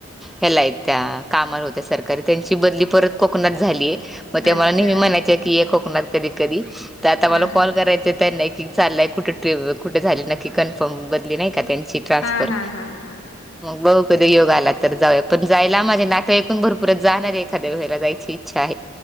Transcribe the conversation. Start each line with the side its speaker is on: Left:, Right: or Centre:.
Centre: ह्यालाय त्या कामाला होत्या सरकारी त्यांची बदली परत कोकणात झालीय मग
Left: अच्छा.
Centre: ते मला नेहमी म्हणायचं की हे कोकणात कधी कधी तर आता मला
Left: हां, हां.
Centre: कॉल करायचं त्यांना की चाललंय कुठे कुठे झाली नक्की कन्फर्म बदली नाही का त्यां ट्रानसफर
Left: हां, हां, हां, हां.
Centre: मग बहू कधी योग आला तर जाऊया पण जायला माझे नाकंऐून भरपूरच जाणार एखाद्या व्हायला जाय अ् इच्छा आहे